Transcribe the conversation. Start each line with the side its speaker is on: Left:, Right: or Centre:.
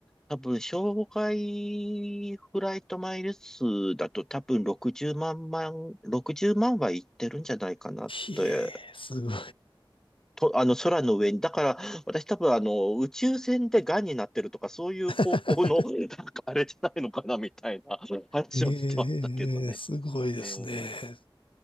Centre: 多分、障害フライトマイル数だと多分60万万、60万はいってるんじゃないかなって。
Left: え、すごい。
Centre: と、あの、空の上に。だから、私多分、あの、宇宙船で癌になってるとか、そういう方向の、
Left: <laughs>
Centre: なんかあれじゃないのかな、みたいな話をしてましたけどね。
Left: ええ、すごいですね。
Centre: えー